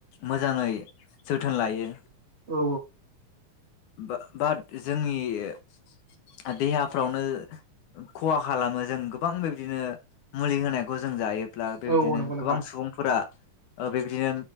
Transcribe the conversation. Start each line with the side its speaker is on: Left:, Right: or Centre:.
Left: मोजाङै जोथोन लायो।
Right: औ
Left: बा बाद जोंनि देहाफ्रावनो खहा खालामो जों गोबां बेबिदिनो मुलि होनायखौ जों जायो। ब्ला बेबायदिनो
Right: औ नंगौ नोंथां
Left: गोबां सुबुंफोरा ओ बेबिदिनो